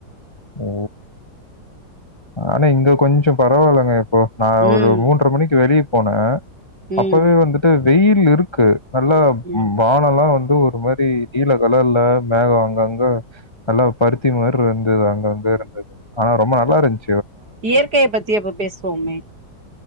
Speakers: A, on the left (about 20°); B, on the right (about 65°).
A: ஓ ஆனா இங்க கொஞ்சம் பரவாயில்லங்க இப்ப நான்
B: ம்
A: ஒரு மூன்ற மணிக்கு வெளிய போனக்க
B: ம்
A: அப்பவே வந்துட்டு வெயில் இருக்கு நல்ல
B: ம்
A: வானம்ல்லாம் வந்து ஒரு மாதிரி நீல கலர்ல மேகம் அங்கங்க நல்லா பருத்தி மாதிரி இருந்தது அங்கங்க இருந்தது ஆனா ரொம்ப நல்லா இருந்து
B: இயற்கையை பத்தி அப்ப பேசுவோமே